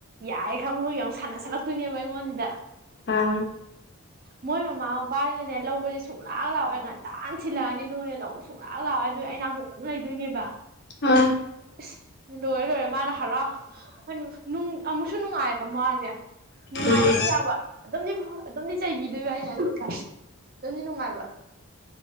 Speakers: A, on the right; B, on the left.
A: ꯌꯥꯏ ꯊꯪꯕ ꯌꯥ ꯌꯥꯝ ꯁꯥꯟꯅꯁꯠꯂꯛꯇꯣꯏꯅꯦꯕ ꯑꯩꯉꯣꯟꯁꯤꯗ
B: ꯑ
A: ꯃꯣꯏ ꯃꯥꯃ ꯃꯄꯥ ꯖꯤꯅ ꯅꯦ ꯂꯧꯕꯁꯦ ꯁꯨꯡꯂꯥꯛ ꯂꯥꯛꯑꯣꯏ ꯉꯟꯇꯥꯟ ꯊꯤꯜꯂꯛ ꯑꯅꯤ ꯑꯗꯨꯒꯅꯦ ꯂꯧꯕ ꯁꯨꯡꯂꯥꯛ ꯂꯥꯛꯑꯣꯏ ꯑꯗꯨꯏ ꯑꯩꯅꯥꯛꯇ ꯑꯗꯨꯝ ꯂꯩꯗꯣꯏꯅꯦꯕ
B: ꯑꯥ
A: ꯏꯁ ꯂꯣꯏꯔꯦ ꯂꯣꯏꯔꯦ ꯃꯥꯅ ꯍꯔꯥꯎ ꯅꯨꯝ ꯑꯃꯨꯛꯁꯨ ꯅꯨꯡꯉꯥꯏꯕ ꯃꯥꯁꯦ ꯅꯨꯡꯉꯥꯏꯕ
B: ꯎꯝ
A: ꯑꯃ ꯌꯥꯎꯕ ꯑꯗꯨꯝꯗꯤ ꯐꯨꯕ ꯑꯗꯨꯝ ꯆꯩꯕꯤꯗꯣꯏꯕ ꯑꯩꯅ ꯑꯗꯨꯒꯅꯦ ꯑꯗꯨꯝꯗꯤ ꯅꯨꯡꯉꯥꯏꯕ